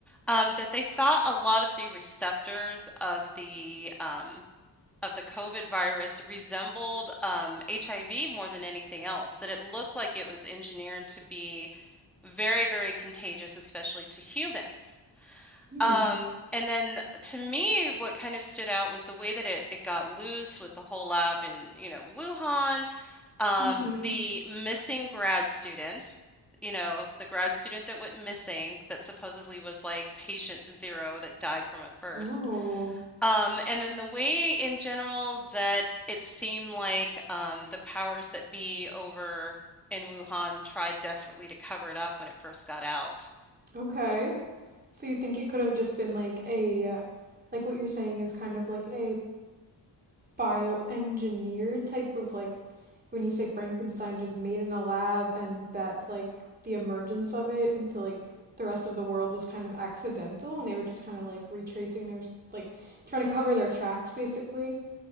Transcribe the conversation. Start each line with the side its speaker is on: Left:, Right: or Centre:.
Centre: um, that they thought a lot of the receptors of the um, of the COVID virus resembled um, HIV more than anything else, that it looked like it was engineered to be very, very contagious, especially to humans.
Right: Hmm.
Centre: Um, and then to me, what kind of stood out was the way that it, it got loose with the whole lab in, you know, Wuhan, um,
Right: Mm-hmm.
Centre: the missing grad student, you know, the grad student that went missing, that supposedly was like patient zero that died from it first.
Right: Oh.
Centre: Um, and then the way in general that it seemed like um, the powers that be over in Wuhan tried desperately to cover it up when it first got out.
Right: Okay. So you think it could have just been like a, uh, like what you're saying is kind of like a bioengineered type of like, when you say Frankenstein, just made in a lab, and that like the emergence of it into like the rest of the world was kind of accidental, and they were just kind of like retracing their like trying to cover their tracks basically.